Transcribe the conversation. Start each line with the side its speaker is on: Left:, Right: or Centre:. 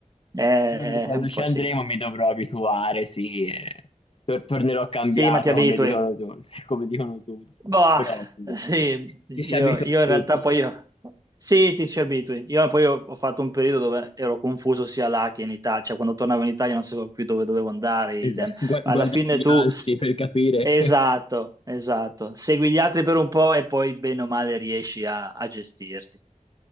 Right: Eh,
Left: Però Per quando
Right: un
Left: ci
Right: po'
Left: andremo
Right: sì.
Left: mi dovrò abituare, sì. eh. Tor- tornerò cambiato,
Right: Sì, ma ti abitui.
Left: come dicono tu, <laughs> sì, come dicono tutti.
Right: Boh,
Left: Però sì,
Right: sì,
Left: ci
Right: io,
Left: ci si abitua
Right: io
Left: a
Right: in
Left: tutto.
Right: realtà
Left: sì.
Right: poi io, sì, ti ci abitui. Io poi ho, ho fatto un periodo dove ero confuso sia là che in Italia, cioè quando tornavo in Italia non sapevo più dove dovevo andare, idem.
Left: Esatto, gua-
Right: Ma
Left: guardare
Right: alla fine
Left: gli
Right: tu,
Left: altri per capire.
Right: esatto,
Left: <laughs>
Right: esatto, segui gli altri per un po' e poi bene o male riesci a, a gestirti.